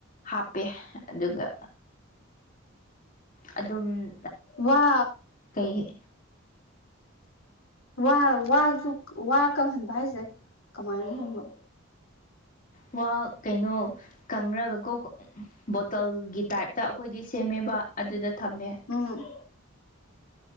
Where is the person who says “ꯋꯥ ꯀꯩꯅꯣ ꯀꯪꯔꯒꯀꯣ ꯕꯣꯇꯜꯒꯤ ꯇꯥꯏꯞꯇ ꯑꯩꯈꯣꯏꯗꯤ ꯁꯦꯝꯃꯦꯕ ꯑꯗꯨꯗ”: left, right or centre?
Left